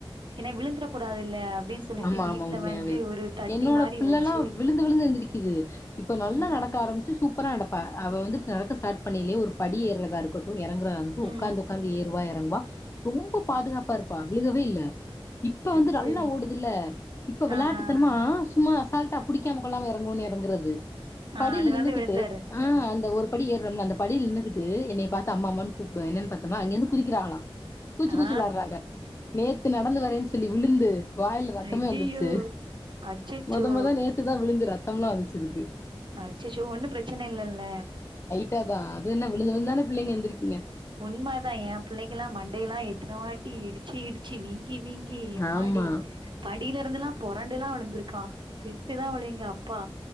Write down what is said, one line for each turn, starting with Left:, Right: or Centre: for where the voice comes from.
Right: என்ன விழுந்துர கூடாதில்லய அப்டின்னு சொல்ட்டு
Left: ஆமா
Right: வீட்ல
Left: ஆமா உண்மையாவே
Right: வந்து ஒரு தட்டி
Left: என்னோட
Right: மாரி
Left: பிள்ள
Right: வச்சு
Left: எல்லா விழுந்து விழுந்து எந்திருக்குது இப்ப நல்லா
Right: ம்.
Left: நடக்க ஆரம்பிச்சு சூ ப்பாரா நடப்பா அவ வந்துட்டு ஸ்டார்ட் பண்ணிலயே ஒரு படி ஏறதா இருக்கட்டு எறங்கறதா <unintelligible>
Right: ம்.
Left: உக்காந்து உக்காந்து ஏறுவா எறங்குவா ரொம்ப பாதுகாப்பா இருப்பா விழுகவே இல்ல இப்ப
Right: அது
Left: வந்து நல்லா
Right: சரி.
Left: ஓடுதில்ல இப்ப வெளாட்டுத்தனமா
Right: ஆஹா.
Left: சும்மா அசால்டா புடிக்காம கொல்லாம எறங்குவோனு எறங்கறது
Right: ஆ
Left: படில
Right: அதனால
Left: நின்னுகிட்டு
Right: விழுந்தாரு.
Left: ஆ அந்த ஒரு படி ஏர்றமல்ல அந்த படில நின்னுகிட்டு என்னைய பாத்தா அம்மா அம்மான்னு கூப்டுவா என்னன் பாத்தம்னா அங்கிந்து குறிக்கறாங்ளா கூச்சு
Right: ஆ.
Left: கூச்சு வெளாடறாங்க நேத்து நடந்து வரேன்னு சொல்லி விழுந்து வாய்ல ரத்தமே
Right: ஐயையோ!
Left: வந்துருச்சு
Right: அச்சச்சோ!
Left: மொத மொத நேத்துதான் விழுந்து ரத்தமெல்லா வந்துச்சு அதுக்கு
Right: அச்சச்சோ ஒண்ணு பிரச்சனை இல்லல்ல
Left: ட்டதா அது என்ன விழுந்து விழுந்தான பிள்ளைங்க எந்திருக்குங்க
Right: உண்மதா என் பிள்ளைக்கல்லா மண்டெல்லா எத்தன வாட்டி இடிச்சு இடிச்சு வீங்கி வீ ங்கி எம்மாடி
Left: ஆமா
Right: படில இருந்தெல்லா புரண்டெல்லா விழுந்திருக்கான் திட்டுதா விழு எங்க அப்பா